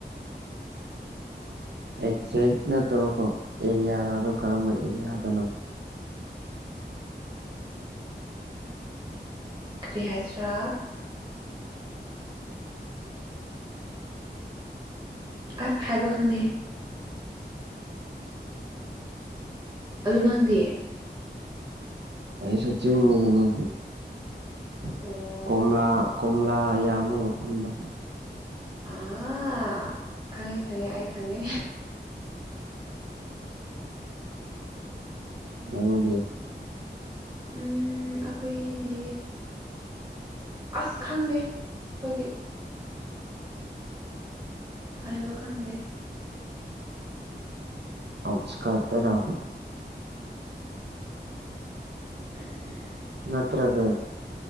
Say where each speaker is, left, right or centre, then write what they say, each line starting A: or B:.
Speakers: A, on the right; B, on the right.
A: ꯑꯦꯛꯖꯦꯛ ꯅꯠꯇꯕꯀꯣ ꯑꯦꯔꯤꯌꯥꯗꯣ ꯀꯔꯝꯕ ꯑꯦꯔꯤꯌꯥꯗꯅꯣ
B: ꯎ ꯀꯔꯤ ꯍꯥꯏꯁꯤꯔꯥ ꯑꯁ ꯍꯥꯏꯕ ꯈꯪꯗꯦꯍꯦ ꯑꯗꯨ ꯅꯪꯗꯤ
A: ꯑꯩꯁꯨ ꯆꯤꯡꯗꯒꯤꯅꯤ
B: ꯑꯣ
A: ꯀꯣꯝꯂꯥ ꯀꯣꯝꯂꯥ ꯌꯥꯝꯕ ꯃꯐꯝꯗꯣ
B: ꯑꯥ ꯈꯪꯉꯦ ꯈꯪꯉꯦ ꯑꯩ ꯈꯪꯉꯦ
A: ꯅꯪꯗꯤ
B: ꯎꯝ ꯑꯩꯈꯣꯏꯒꯤꯗꯤ ꯑꯁ ꯈꯪꯗꯦ ꯑꯩꯈꯣꯏꯗꯤ ꯍꯥꯏꯕ ꯈꯪꯗꯦ
A: ꯑꯧꯎꯁꯀꯥꯠꯗꯔ
B: ꯎꯝ
A: ꯅꯠꯇ꯭ꯔꯒ